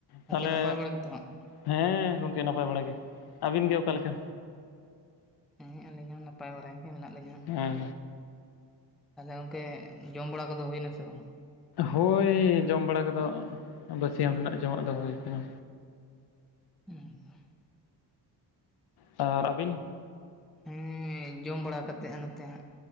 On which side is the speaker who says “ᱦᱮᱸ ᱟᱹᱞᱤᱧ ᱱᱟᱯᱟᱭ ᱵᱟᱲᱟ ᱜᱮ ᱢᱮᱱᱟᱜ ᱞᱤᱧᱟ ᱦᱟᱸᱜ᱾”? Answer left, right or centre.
Centre